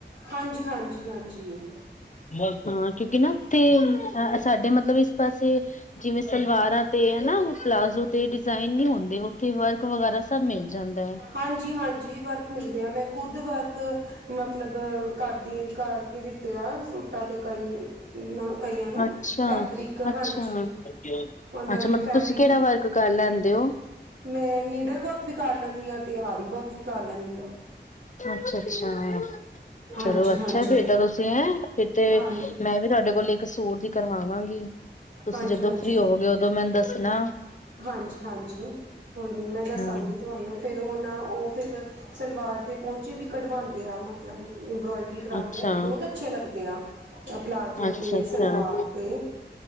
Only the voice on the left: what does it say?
ਹਾਂ, ਕਿਉਂਕਿ ਨਾ ਤੇ ਸਾਡੇ ਮਤਲਬ ਇਸ ਪਾਸੇ। ਜਿਵੇਂ ਸਲਵਾਰਾਂ ਤੇ ਹਨਾ। ਪਲਾਜ਼ੋ ਤੇ ਡਿਜ਼ਾਇਨ ਨ ਹੁੰਦੇ। ਉੱਥੇ ਵਰਕ ਵਗੈਰਾ ਸਭ ਮਿਲ ਜਾਂਦਾ ਹੈ।
ਅੱਛਾ
ਅੱਛਾ
ਅੱਛਾ,
ਮਤਲਬ
ਤੁਸੀਂ ਕਿਹੜਾ ਵਰਕ ਕਰ ਲੈਂਦੇ ਹੋ।
ਅੱਛਾ- ਅੱਛਾ।
ਚਲੋ ਅੱਛਾ, ਫੇਰ ਤਾਂ ਤੁਸੀਂ ਹੈਂ ਫਿਰ ਤੇ
ਮੈਂ ਵੀ ਤੁਹਾਡੇ ਕੋਲ ਇੱਕ ਹੋਰ ਵੀ ਕਰਵਾਵਾਂਗੀ। ਤੁਸੀਂ
ਜਦੋਂ ਫ੍ਰਰੀ ਹੋਵੋਗੇ ਉਦੋਂ ਮੈਨੂੰ ਦੱਸਣਾ।
ਹਾਂ
ਅੱਛਾ
ਅੱਛਾ
ਅੱਛਾ